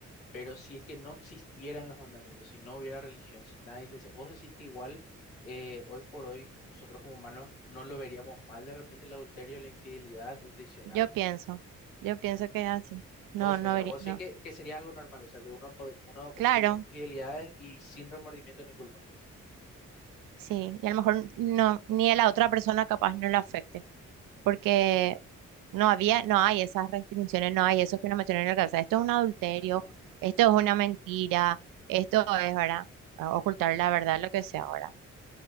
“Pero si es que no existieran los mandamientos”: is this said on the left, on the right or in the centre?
Left